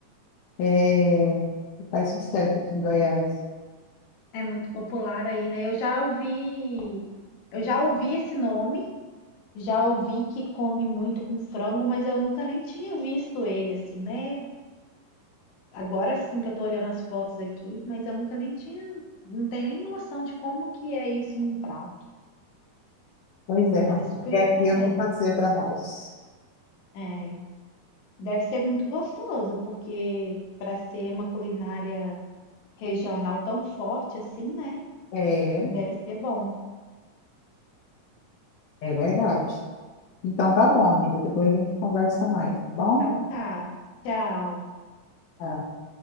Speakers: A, on the left; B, on the left.
A: é faz sucesso aqui em Goiás.
B: É muito popular aí, né? Eu já ouvi, eu já ouvi esse nome, já ouvi que come muito com frango, mas eu nunca nem tinha visto ele, assim, né? Agora sim que eu tô olhando as fotos aqui, mas eu nunca nem tinha, não tenho nem noção de como que é isso num prato,
A: Pois é, Carmen.
B: mas é super
A: E aqui
B: diferente.
A: eu vou fazer para nós.
B: É, deve ser muito gostoso, porque para ser uma culinária regional tão forte assim, né?
A: É,
B: Deve ser bom.
A: é verdade. Então tá bom, amiga. Depois a gente conversa mais, tá bom?
B: Então tá. Tchau.
A: Tá.